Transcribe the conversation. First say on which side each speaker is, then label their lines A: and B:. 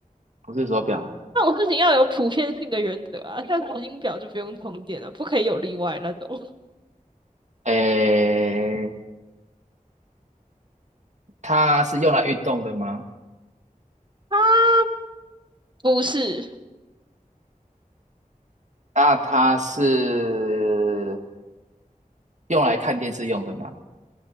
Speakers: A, on the right (about 55°); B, on the right (about 35°).
A: 不是手表。
B: 那种事情要有普遍性的原则啊，像时间表就不用充电了，不可以有例外那种。
A: 哎，它是用来运动的吗？
B: 它不是，
A: 那它是用来看电视用的吗？